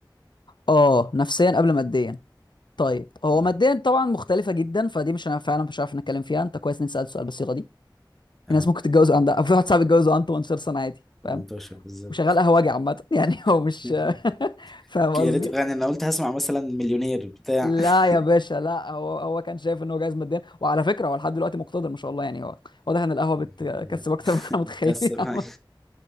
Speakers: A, on the left; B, in the centre.
A: اه نفسيا قبل ماديا طيب هو
B: اه
A: ماديا طبعا مختلفه جدا فدي مش انا فعلا مش عارف نتكلم فيها انت كويس اني سألت السؤال بالصيغه دي في
B: اهو
A: ناس ممكن تتجوز عندها او في واحد صاحبي اتجوز وعنده 18 سنه عادي
B: 18
A: فاهم
B: بالظبط
A: وشغال قهوجي عامة <laughs> يعني هو مش
B: <laughs>
A: <laughs> فاهم قصدي؟
B: يا ريت يعني انا قلت هسمع مثلا مليونير بتاع
A: لا
B: <laughs>
A: يا باشا لا هو هو كان شايف ان هو جايز ماديا وعلى فكره هو لحد دلوقتي مقتدر ما شاء الله يعني هو واضح ان القهوه
B: طب
A: بتكسب
B: الحمد لله
A: اكتر
B: <laughs>
A: <laughs> ما احنا متخيلين
B: متكسب
A: <laughs> عامة
B: هاي